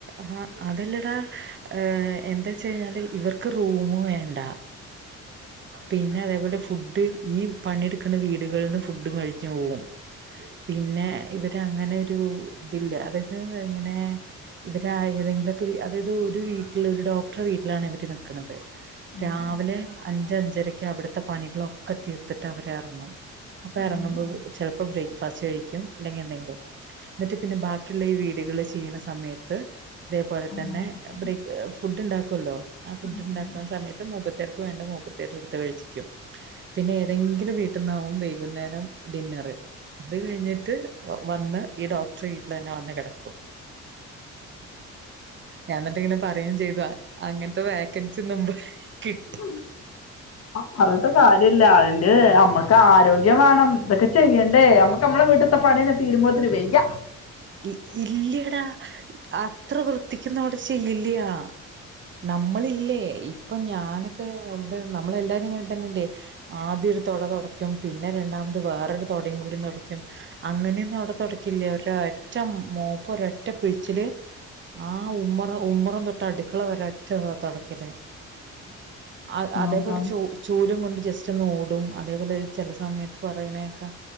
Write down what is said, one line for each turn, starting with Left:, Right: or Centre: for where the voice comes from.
Right: ഹ അതല്ലടാ ഏഹ് എന്താച്ചഴിഞ്ഞാല് ഇവർക്ക് ഒര് റൂമ് വേണ്ട പിന്നെ അതേപോലെ ഫുഡ് ഈ പണിയെടുക്ക്‌ണ വീടുകളിന്ന് ഫുഡും കഴിച്ച് പോവും പിന്നെ ഇവര് അങ്ങനൊരു ഇതില്ല <unintelligible> ഇങ്ങനെ ഇവര് ആ ഏതെങ്കിലൊക്കെ വീ അതായത് ഒരു വീട്ടിൽ ഒരു ഡോക്ടറെ വീട്ടിലാണ് ഇവര് നി ക്ക്‌ണത്
Left: ഉം
Right: രാവിലെ അഞ്ചഞ്ച് രക്ക് അവിടുത്തെ പണികളൊക്കെ തീർത്തിട്ട് അവരെർങ്ങും അപ്പൊ
Left: ഉം
Right: എർങ്ങുമ്പോ
Left: ഉം
Right: ചെൽപ്പോ ബ്രേക്ക്ഫാസ്റ്റ് കഴിക്കും അല്ലെങ്കി എന്തെങ്കിലും എന്നിട്ട് പിന്നെ ബാ ക്കിള്ള ഈ വീടുകള് ചെയ്യണ സമയത്ത് തേപോലെതന്നെ
Left: അതൊന്നും കഴിക്കും
Right: ബ്രേക്ക് ഫുഡ്ണ്ടാക്കോല്ലോ ആ ഫുഡ്ണ്ടാക്കാൻ
Left: ഉം ഉം
Right: സമയത്ത് മൂപ്പത്യാർക്ക് വേണ്ടത് മൂപ്പത്യാര് ഇട്ത്ത് കഴിച്ചിക്കും പിന്നെ ഏതെങ്കിലും വീ ന്നാവും വൈകുന്നേരം ഡിന്നർ അത് കഴിഞ്ഞിട്ട് വ വന്ന് ഈ ഡോക്ടറെ വീട്ടിലന്നെ വന്ന് കെടക്കും ഞാന്നിട്ട് ങ്ങനെ പറയും ചെയ്തു അങ്ങൻ ത്ത വേക്കൻസ് നമ്മ കിട്ടു
Left: <inaudible> പറഞ്ഞിട്ട് കാര്യല്ല അതിന്റെ അമ്മക്ക് ആരോഗ്യം വാണം തൊക്കെ ചെയ്യണ്ടേ മ്മക്ക് ക്ക മ്മളെ വീട്ട് ത്തെ പണ്യന്നെ തീരുമ്പോത്തിന് വെയ്യ.
Right: ഇ ഇല്ല്യയടാ അത്ര വൃത്തിക്കൊന്നും അവിടെ ചെയ്യില്ല്യാ. നമ്മളില്ലേ ഇപ്പം ഞാനൊക്കെ ഇവടെ നമ്മളെല്ലാരുങ്ങൻ തന്നെല്ലേ. ആദ്യ ഒരു തൊട തൊടക്കും. പിന്നെ രണ്ടാമത് വേറൊരു തൊടിം കൂടി തൊടി ക്ക്യും. അങ്ങന്യൊന്നും അവ്ടെ തൊടക്കില്ല ഒരൊറ്റ മോപ്പ ഒരൊറ്റ പിഴിച്ചില് ആ ഉമ്മറ ഉമ്മറം തൊട്ട് അടുക്കള വരെ ഒറ്റ തൊടക്കല് അ
Left: അങ്ങനത്തെ
Right: അതേപോലെ ചു ചൂലും കൊണ്ട് ജസ്റ്റ് ഒന്ന് ഓ ടും അതേപോലെ ചെല സമയത്ത് പറയ്ണേക്കെ